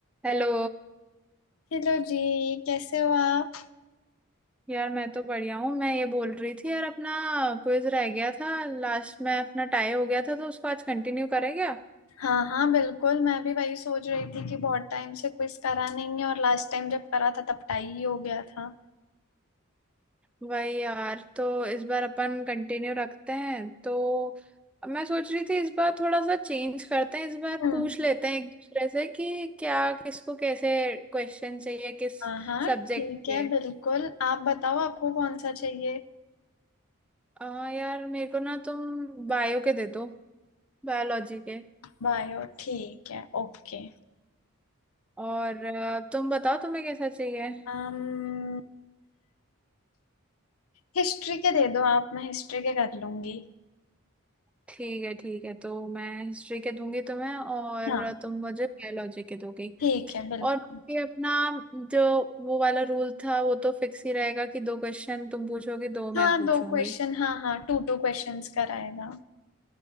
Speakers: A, in the centre; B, on the left.
A: Hello
B: Hello जी कैसे हो आप
A: यार मैं तो बढ़िया हूँ मैं ये बोल रही थी यार अपना क्विज रह गया था लास्ट में अपना टाई हो गया था तो उसको आज कंटिन्यू करें क्या
B: हाँ हाँ बिल्कुल मैं भी वही सोच रही थी कि बहुत टाइम से क्विज करा नहीं है और लास्ट टाइम जब करा था तब टाई ही हो गया था
A: वही यार तो इस बार अपन कंटिन्यू रखते हैं तो मैं सोच रही थी इस बार थोड़ा सा चेंज करते हैं इस बार
B: हम्म
A: पूछ लेते हैं एक दूसरे से कि क्या किसको कैसे क्वेश्चन चाहिए किस
B: हाँ हाँ
A: सब्जेक्ट
B: ठीक
A: पे
B: है बिल्कुल आप बताओ आपको कौन सा चाहिए
A: हाँ यार मेरे को ना तुम बायो के दे दो बायोलॉजी के
B: बायो ठीक है ओके
A: और अ, तुम बताओ तुम्हें कैसा चाहिए
B: um, हिस्ट्री के दे दो आप मैं हिस्ट्री के कर लूंगी
A: ठीक है ठीक है तो मैं हिस्ट्री के दूंगी तुम्हें और
B: हाँ
A: तुम मुझे बायोलॉजी के दोगी
B: ठीक है बिल्कुल
A: और बाकी अपना जो वो वाला रूल था वो तो फिक्स ही रहेगा कि दो क्वेश्चन तुम पूछोगी दो मैं
B: हाँ
A: पूछूंगी
B: दो क्वेश्चन हाँ हाँ टू टू क्वेश्चंस कराएगा